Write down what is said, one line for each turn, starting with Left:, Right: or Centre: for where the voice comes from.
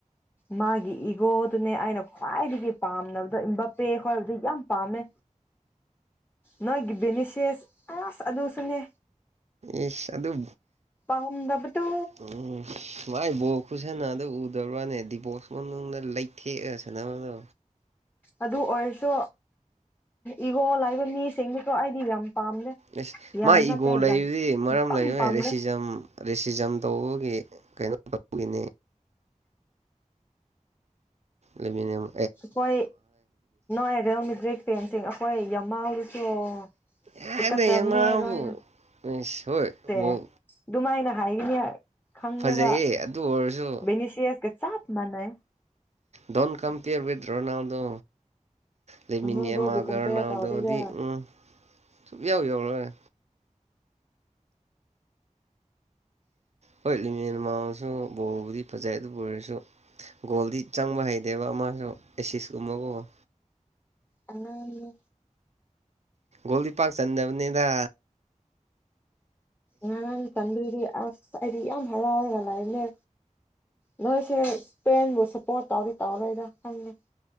Left: ꯃꯥꯒꯤ ꯏꯒꯣꯗꯨꯅꯦ ꯑꯩꯅ ꯈ꯭ꯋꯥꯏꯗꯒꯤ ꯄꯥꯝꯅꯕꯗ ꯏꯕꯄꯦꯛ ꯈꯣꯏꯕꯗ ꯌꯥꯝ ꯄꯥꯝꯃꯦ ꯅꯣꯏꯒꯤ ꯕꯦꯅꯤꯁꯤꯁ ꯑꯁ ꯑꯗꯨꯁꯨꯅꯦ
Right: ꯏ ꯁꯥ ꯑꯗꯨꯨ
Left: ꯄꯥꯝꯗꯕꯗꯨ
Right: ꯎꯝ ꯃꯥꯏꯕꯣꯛ ꯈꯨꯁꯟꯅꯗꯨ ꯎꯗꯕ꯭ꯔꯥꯅꯦ ꯗꯤꯕꯣꯔꯁ ꯃꯅꯨꯡꯗ ꯂꯩꯊꯦꯛꯑꯔ ꯁꯅꯕꯗꯣ
Left: ꯑꯗꯨ ꯑꯣꯏꯔꯁꯨꯣ ꯏꯒꯣ ꯂꯥꯏꯕꯅꯤ ꯁꯦꯡꯗ ꯇꯣ ꯍꯥꯏꯗ ꯌꯥꯝ ꯄꯥꯝꯗꯦ
Right: ꯑꯦꯁ
Left: ꯌꯥꯝ
Right: ꯃꯥ
Left: ꯅꯠꯇꯦ
Right: ꯏꯒꯣ ꯂꯩꯕꯗꯤ
Left: ꯌꯥꯝ
Right: ꯃꯔꯝ
Left: ꯁꯨꯛꯄꯥꯝ
Right: ꯂꯩꯕꯅꯦ
Left: ꯄꯥꯝꯗꯦ
Right: ꯔꯦꯁꯤꯖꯝ ꯔꯦꯁꯤꯖꯝ ꯇꯧꯕꯒꯤ ꯀꯩꯅꯣ ꯇꯧꯕꯒꯤꯅꯦ ꯂꯦꯃꯤꯅꯤꯌꯝ
Left: ꯑꯩꯈꯣꯏ ꯥꯏꯔꯦ ꯍꯧꯃꯤꯗ꯭ꯔꯦ ꯆꯦꯡ ꯆꯦꯡ ꯍꯣꯏ ꯌꯥꯝꯃ ꯑꯣꯀꯆꯕꯅꯦ
Right: ꯌꯥꯗꯦ ꯃꯥꯕꯨ
Left: ꯂꯣꯏꯅ
Right: ꯏꯁ ꯍꯣꯏ
Left: ꯁꯦ
Right: ꯕꯣꯜ
Left: ꯑꯗꯨꯃꯥꯏꯅ ꯍꯥꯏꯈꯤꯅꯤ ꯈꯪꯉꯦꯕ
Right: ꯐꯖꯩꯌꯦ ꯑꯗꯨ ꯑꯣꯏꯔꯁꯨ
Left: ꯚꯦꯅꯤꯁꯤꯌꯁ ꯀ ꯆꯞ ꯃꯅꯦ
Right: ꯗꯣꯣꯟ ꯀꯝꯄꯦꯌꯔ ꯋꯠ ꯔꯣꯅꯥꯜꯗꯣ ꯂꯩꯃꯤꯟꯅ
Left: ꯔꯣꯅꯥꯜꯗꯣꯕꯨ
Right: ꯑꯃꯒꯔꯅꯥꯎꯗꯗꯤ
Left: ꯀꯝꯄꯦꯌꯔ ꯇꯧꯗꯦꯗ
Right: ꯎꯝ ꯁꯨꯡ ꯌꯥꯎ ꯌꯥꯎꯔꯔꯣꯏ ꯍꯣꯏ ꯂꯤꯃꯤꯦꯟ ꯃꯥꯡꯁꯨ ꯕꯣꯜꯕꯨꯗꯤ ꯐꯖꯩ ꯑꯗꯨꯕꯨ ꯑꯣꯏꯔꯁꯨ ꯒꯣꯜꯗꯤ ꯆꯪꯕ ꯍꯩꯇꯦꯕ ꯑꯃꯁꯨ ꯑꯦꯁꯤꯁꯀꯨꯝꯕꯒꯨꯝ
Left: ꯑꯣ
Right: ꯣꯂꯤ ꯄꯛ ꯆꯗꯕꯅꯤꯗ
Left: ꯅ ꯆꯟꯔꯤ ꯑꯩꯗꯤ ꯌꯥꯝ ꯍꯔꯥꯎꯔꯒ ꯂꯩꯅꯦ ꯅꯣꯏꯁꯦ ꯏꯁ꯭ꯔꯦꯟꯕꯨ ꯁꯞꯄꯣꯔꯠ ꯇꯧꯗꯤ ꯇꯧꯔꯣꯏꯗ ꯍꯪꯉꯦ